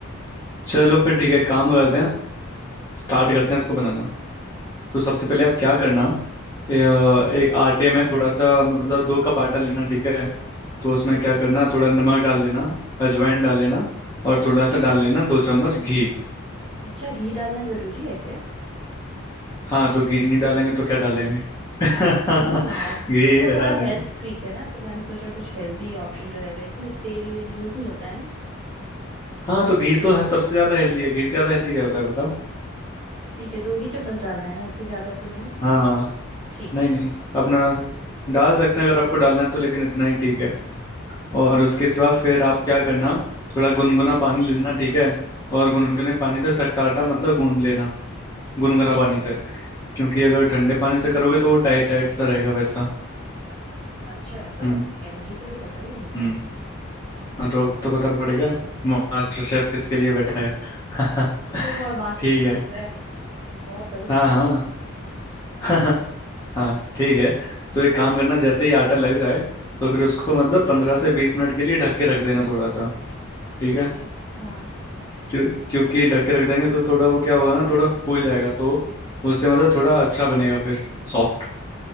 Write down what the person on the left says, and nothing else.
चलो फिर ठीक है काम करते हैं स्टार्ट करते हैं इसको बनाना तो सबसे पहले आप क्या करना ए, अ, एक आटे में थोड़ा सा मतलब दो कप आटा लेना ठीक है तो उसमें
क्या
करना थोड़ा नमक डाल लेना अजवाइन डाल लेना और थोड़ा सा डाल लेना दो चम्मच घी
हाँ तो घी नहीं डालेंगे तो क्या डालेंगे <laughs>
घी
डालेंगे
हाँ तो घी तो सबसे ज्यादा हेल्दी है घी से ज्यादा हेल्दी क्या होता है बताओ
हाँ हाँ
नहीं
नहीं अपना डाल सकते हैं अगर आपको डालना है तो लेकिन इतना ही ठीक है
और उसके सिवा फिर आप क्या करना थोड़ा गुनगुना पानी लेना ठीक है और गुनगुने पानी से सख्त आटा मतलब गूंद लेना गुनगुना
पानी से क्योंकि अगर ठंडे पानी से करोगे तो वो टाइट टाइट सा रहेगा वैसा
हम्म
हम्म
हाँ तो अब तो पता पड़ गया मास्टर शेफ किसके लिए बैठा है
<laughs>
ठीक है
हाँ हाँ <laughs> हाँ ठीक है तो एक काम करना जैसे ही आटा लग जाए तो फिर उसको मतलब पंद्रह से बीस मिनट के लिए ढक के रख देना थोड़ा सा ठीक
है
क्यों क्योंकि ढक के रख देंगे तो थोड़ा वो क्या होगा ना थोड़ा फूल जाएगा तो उससे मतलब थोड़ा अच्छा बनेगा फिर सॉफ्ट